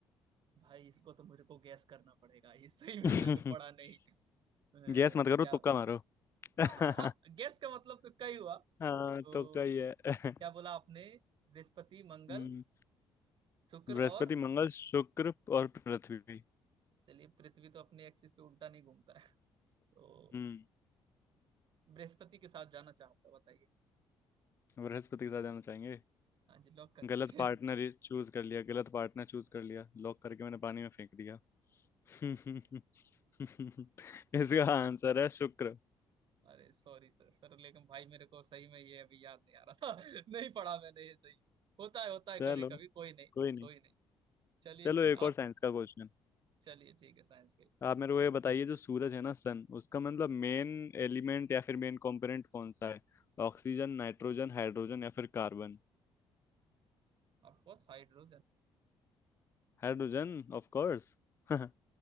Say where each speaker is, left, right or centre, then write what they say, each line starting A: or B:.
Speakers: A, on the right; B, on the left.
A: भाई इसको तो मेरे को गैस करना पड़ेगा ये सही
B: <laughs>
A: में मैंने पढ़ा नहीं अ, क्या
B: गैस मत करो तुक्का मारो
A: हाँ
B: <laughs>
A: हाँ हाँ गैस का मतलब तो कई हुआ
B: हाँ
A: तो
B: तुक्का ही है
A: क्या
B: <laughs>
A: बोला आपने बृहस्पति मंगल
B: हम्म
A: शुक्र
B: बृहस्पति
A: और
B: मंगल शुक्र और पृथ्वी
A: चलिए पृथ्वी तो अपने एक्सिस पे उल्टा नहीं घूमता है तो
B: हम्म
A: बृहस्पति के साथ जाना चाहूंगा बताइए
B: बृहस्पति के साथ जाना चाहेंगे
A: हाँ जी लॉक कर दीजिए
B: गलत पार्टनर चूज कर लिया गलत पार्टनर चूज कर लिया लॉक करके मैंने पानी में फेंक दिया <laughs> इसका आंसर है शुक्र
A: अरे सॉरी सर सर लेकिन भाई मेरे को सही में ये अभी याद नहीं आ रहा था <laughs> नहीं पढ़ा मैंने ये सही होता है होता है
B: चलो
A: कभी कभी कोई नहीं
B: कोई नहीं
A: कोई नहीं चलिए
B: चलो एक
A: आप
B: और साइंस का क्वेश्चन
A: चलिए ठीक है साइंस के
B: आप मेरे को ये बताइए जो सूरज है ना सन उसका मतलब मेन एलिमेंट या फिर मेन कंपोनेंट कौन सा है ऑक्सीजन नाइट्रोजन हाइड्रोजन या फिर कार्बन
A: Of course hydrogen
B: Hydrogen of course <laughs>